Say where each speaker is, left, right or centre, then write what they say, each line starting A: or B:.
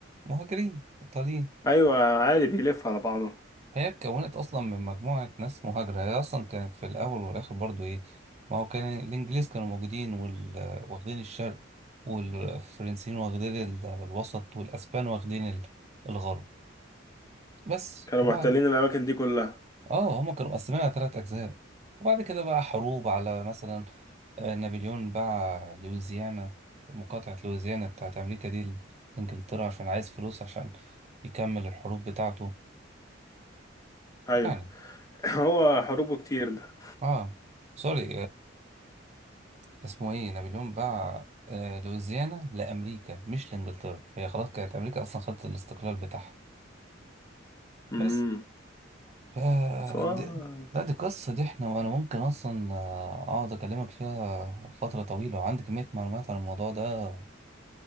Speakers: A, on the right; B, on the left.
A: مهاجرين إيطاليين
B: ايوه عادي بيلف على بعضه
A: هي اتكونت اصلا من مجموعه ناس مهاجره هي اصلا كانت في الاول والاخر برضو ايه ما هو كان الانجليز كانوا موجودين وال... واخدين الشرق والفرنسيين واخدين ال- الوسط والاسبان واخدين ال- الغرب بس
B: كانوا
A: وبعد
B: محتلين الاماكن دي كلها
A: اه هما كانوا مقسمين على ثلاث اجزاء وبعد كده بقى حروب على مثلا آه، نابليون باع لويزيانا مقاطعه لويزيانا بتاعت امريكا دي لانجلترا عشان عايز فلوس عشان يكمل الحروب بتاعته
B: ايوه
A: يعني
B: <laughs> هو حروبه كتير ده
A: اه سوري اسمه ايه نابليون باع آه، لويزيانا لامريكا مش لانجلترا هي خلاص كانت امريكا اصلا خدت الاستقلال بتاعها
B: امم
A: بس ف
B: سواء
A: دي- لا دي قصة دي احنا انا ممكن اصلا آه، اقعد اكلمك فيها فترة طويلة وعندي كمية معلومات عن الموضوع ده